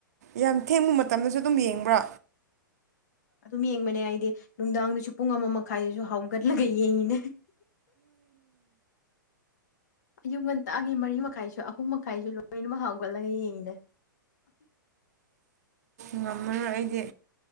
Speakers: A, on the right (about 50°); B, on the left (about 50°).
A: ꯌꯥꯝ ꯊꯦꯡꯕ ꯃꯇꯝꯗꯁꯨ ꯑꯗꯨꯝ ꯌꯦꯡꯕ꯭ꯔꯥ
B: ꯑꯗꯨꯝ ꯌꯦꯡꯕꯅꯦ ꯑꯩꯗꯤ ꯅꯨꯡꯗꯥꯡꯗꯨꯁꯨ ꯄꯨꯡ ꯑꯃ ꯃꯈꯥꯏꯗꯁꯨ ꯍꯧꯒꯠꯂꯒ ꯌꯦꯡꯉꯤꯅꯦ <inaudible> ꯑꯌꯨꯛ ꯉꯟꯇꯥꯒꯤ ꯃꯔꯤ ꯃꯈꯥꯏꯁꯨ ꯑꯍꯨꯝ ꯃꯈꯥꯏꯁꯨ ꯂꯣꯏꯅꯃꯛ ꯍꯧꯒꯠꯂꯒ ꯌꯦꯡꯉꯤꯅꯦ <inaudible>
A: ꯉꯝꯃꯔꯣꯏ ꯑꯩꯗꯤ